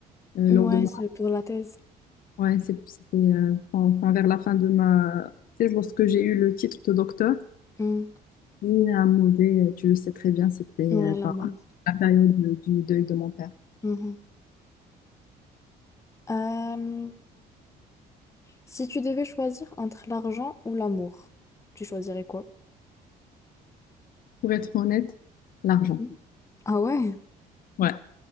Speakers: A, on the left (about 55°); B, on the left (about 15°).
A: euh,
B: Ouais,
A: lors de ma,
B: c'est pour la thèse.
A: ouais, c'est- c'était euh, en- enfin vers la fin de ma thèse, lorsque j'ai eu le titre de docteur.
B: Mm.
A: Et un mauvais, tu le sais très bien, c'était euh,
B: Ouais, la
A: par
B: mort.
A: la période de- du deuil de mon père.
B: Mhm. Euh, si tu devais choisir entre l'argent ou l'amour, tu choisirais quoi?
A: pour être honnête, l'argent.
B: Mhm. Ah ouais?
A: Ouais.